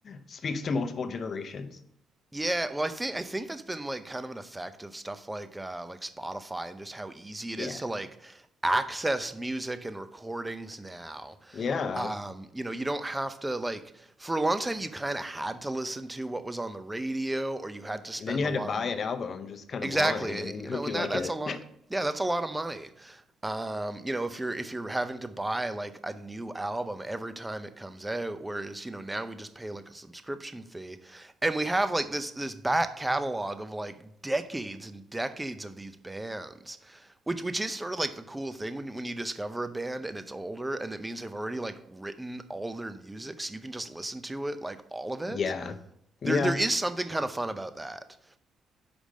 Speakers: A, on the left; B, in the centre.
A: speaks to multiple generations
B: yeah. Well, I think I think that's been like kind of an effect of stuff like uh, like Spotify and just how easy it
A: yeah
B: is to like access music and recordings now.
A: yeah
B: Um, you know, you don't have to like for a long time you kind of had to listen to what was on the radio or you had to spend
A: and then you had
B: a lot
A: to buy
B: of
A: an album just kind
B: Exactly.
A: of blind and
B: You
A: hope
B: know,
A: you
B: and
A: like
B: that that's
A: it
B: a lot. Yeah, that's a lot of money. Um, you know, if you're if you're having to buy like a new album every time it comes out, whereas, you know, now we just pay like a subscription fee and we have like this this back catalog of like decades and decades of these bands. Which which is sort of like the cool thing when when you discover a band and it's older and it means they've already like written all their music, so you can just listen to it, like all of it.
A: <laughs> yeah yeah
B: There there is something kind of fun about that.